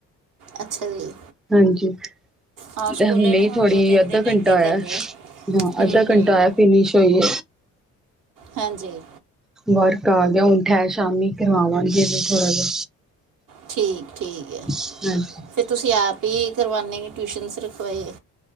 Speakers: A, on the right; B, in the centre.
A: ਅੱਛਾ ਜੀ,
B: ਹਾਂਜੀ,
A: ਹਾਂ ਸਕੂਲੇ
B: ਤੇ ਹੁਣੇ
A: ਨੇ ਹੁਣ
B: ਥੋੜ੍ਹੀ
A: ਦੋ ਤਿੰਨ
B: ਅੱਧਾ
A: ਦਿਨ ਇੱਦਾਂ
B: ਘੰਟਾ
A: ਹੀ
B: ਆਇਆ
A: ਕਰਨੇ
B: ਹਾਂ
A: ਹੂੰ
B: ਅੱਧਾ
A: ਹੂੰ
B: ਘੰਟਾ ਆਇਆ ਫਿਨਿਸ਼ ਹੋਈ ਏ।
A: ਹਾਂਜੀ
B: ਵਰਕ ਆ ਗਿਆ ਹੁਣ ਠਹਿਰ ਸ਼ਾਮੀ ਕਰਵਾਵਾਂਗੇ ਥੋੜਾ ਜਿਹਾ
A: ਠੀਕ- ਠੀਕ ਏ।
B: <inaudible> ਹਾਂਜੀ
A: ਫਿਰ ਤੁਸੀਂ ਆਪ ਹੀ ਕਰਵਾਉਂਦੇ ਟਿਊਸ਼ਨਸ ਰਖਵਾਈ ਏ।